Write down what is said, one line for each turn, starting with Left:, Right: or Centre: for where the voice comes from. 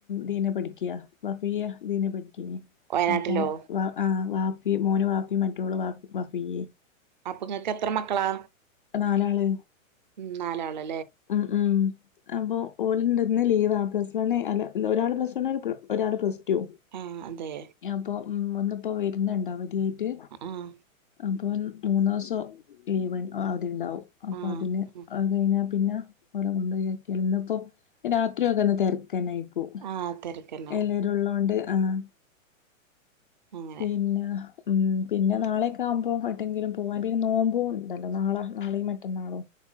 Left: ദീനെ പഠിക്ക വാഫിയ ദീന പഠിക്കയാ
Right: വയനാട്ടിലോ
Left: അപ്പൊ വ ആ വാഫി മോന് വാഫിം മറ്റോള് വഫിയ്യിം
Right: അപ്പൊ നിങ്ങക്ക് എത്ര മക്കളാ?
Left: നാലാള്
Right: ഉം നാലാള
Left: ഉം ഉം അപ്പൊ ഓല്ണ്ട് ഇന്ന് ലീവാ പ്ലസ് വണ്ണ് അല്ല ഒരാള് പ്ലസ് വണ്ണ് ഒരാൾ പ്ലസ് ടു
Right: ആഹ് അതെ
Left: അപ്പൊ ഉം ഇന്നിപ്പോ വരുന്നുണ്ടോ അവധിയായിട്ട്
Right: ആഹ്
Left: ഇപ്പം മൂന്ന് ദിവസം ലീവ് ആദ്യം ഉണ്ടാവും അപ്പം
Right: ആഹ്
Left: അതിന് അത് കഴിഞ്ഞാൽ പിന്നെ ഓടെ കൊണ്ടുപോയിക്കിയാല് ഇന്നിപ്പോ രാത്രിയ ഒക്കെ ഒന്ന് തിരക്കന്നെയിക്കും
Right: ആഹ് തെരക്കന്നാവും
Left: എല്ലരുള്ളൊണ്ട് ആഹ്
Right: അങ്ങനെ
Left: പിന്നെ പിന്നെ നാളെയക്കെ ആുമ്പോൾ ഏട്ടെങ്കിലും പോകാൻ പിന്നെ നോമ്പോ ഉണ്ടല്ലോ നാളെ നാളെയും മറ്റന്നാ മറ്റന്നാളും